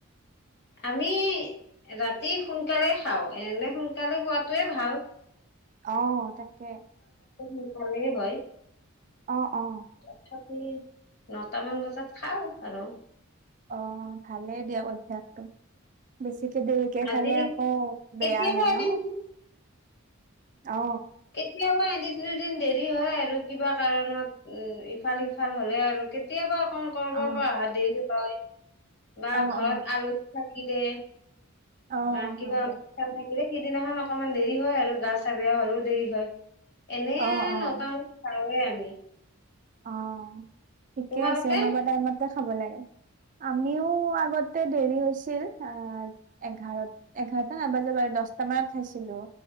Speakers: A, on the left; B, on the right.
A: আমি ৰাতি সোনকালে খাওঁ এনে সোনকালে খোৱাাতোৱে ভাল
B: অ তাকে
A: মচালে হয়
B: অ অ
A: তথাপি নটামান বজাত খাও আৰু
B: অ ভালেই দিয়ক অভ্য়াসতটো বেছি দেৰিকে
A: আজি
B: খালে আকৌ বেয়া
A: কেতিয়াবা
B: হয়
A: এদিন
B: ন অ
A: কেতিয়া বা দিন দুদিন দেৰি হয় আৰু কিবা কাৰণত উ ইফাল সিফাল হ'লে আৰু কেতিয়াবা কৰিব
B: অ
A: পৰা অহা দেৰি হয় বা
B: অ অ
A: ঘৰত আলহী থাকিলে
B: অ
A: বা কিবাৰে
B: হয় দিয়ক
A: সেইদিনাখন অকনমান দেৰি হয় আৰু গা চা বেয়া হলেও দেৰি হয় এনে
B: অ অ
A: নটামানত খাৱে আমি।
B: অ' ঠিকে
A: তোমালোকে
B: আছে এনেকুৱা টাইমতে খাব লাগে। আমিও আগতে দেৰি হৈছিল আহ এঘাৰ এঘাৰটা নাবাজে বাৰু দহটা মানত খাইছিলোঁ,